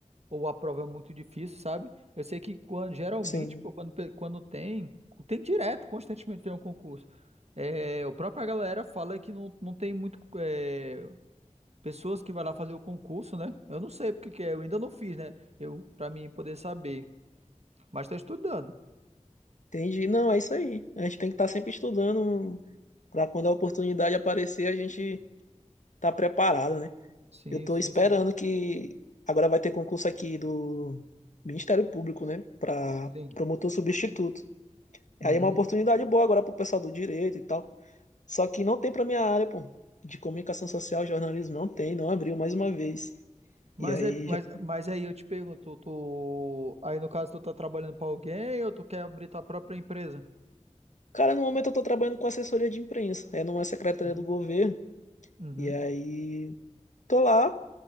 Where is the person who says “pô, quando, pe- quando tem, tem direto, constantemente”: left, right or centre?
Right